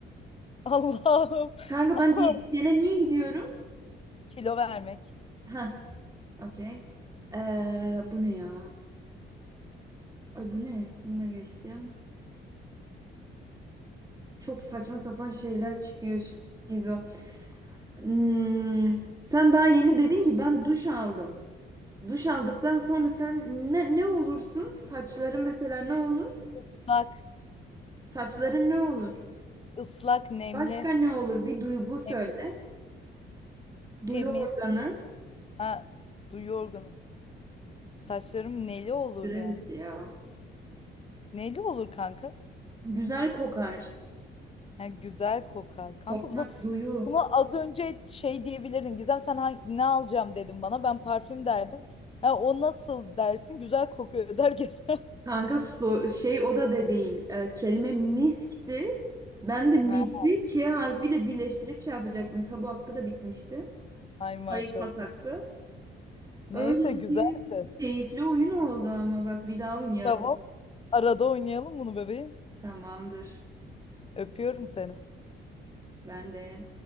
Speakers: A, on the left (about 30°); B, on the right (about 15°).
A: <laughs> Allah'ım.
B: Kanka
A: <laughs>
B: ben diyetisyene niye gidiyorum?
A: Kilo vermek.
B: Heh, okey. Ee, bu ne ya? Ay bu ne? Bunu da geçtim. Çok saçma sapan şeyler çıkıyor Gizo. Hmm, sen daha yeni dedin ki ben duş aldım. Duş aldıktan sonra sen ne, ne olursun? Saçların mesela ne olur?
A: Islak,
B: Saçların ne olur?
A: ıslak, nemli,
B: Başka ne olur? Bir duygu söyle.
A: nemli,
B: Duyu
A: temiz.
B: organı.
A: Ha, duyu organı. Saçlarım neli olur
B: Süre
A: yani.
B: bitti ya.
A: Neli olur kanka?
B: Güzel kokar.
A: Yani güzel kokar. Kanka
B: Kokmak
A: bunu
B: duyu.
A: Bunu az önce şey diyebilirdin. Gizem sen hangi- ne alacağım dedim bana. Ben parfüm derdim. Ha, o nasıl dersin? Güzel kokuyor der geçer. <laughs>
B: Kanka so- şey o da de değil. Ee, kelime miskti. Ben de misi
A: Ha,
B: K harfiyle birleştirip şey yapacaktım. Tabu hakkı da bitmişti.
A: ay maşallah.
B: Hayır pas hakkı.
A: Neyse
B: Öyle
A: güzeldi.
B: ki keyifli oyun oldu ama bak bir daha oynayalım.
A: Tamam. Arada oynayalım bunu bebeğim.
B: Tamamdır.
A: Öpüyorum seni.
B: Ben de.